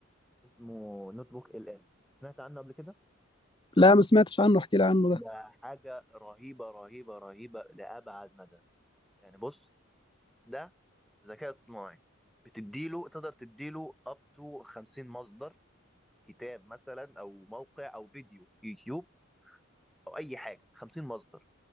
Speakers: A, in the centre; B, on the left.
A: اسمه نوت بوك ال ام سمعت عنه قبل كده
B: لا ما سمعتش عنه احكي لي عنه
A: ده
B: ده
A: حاجه رهيبه رهيبه رهيبه لابعد مدى يعني بص ده ذكاء اصطناعي بتديله تقدر تديله اب تو 50 مصدر كتاب مثلا او موقع او فيديو يوتيوب او اي حاجه 50 مصدر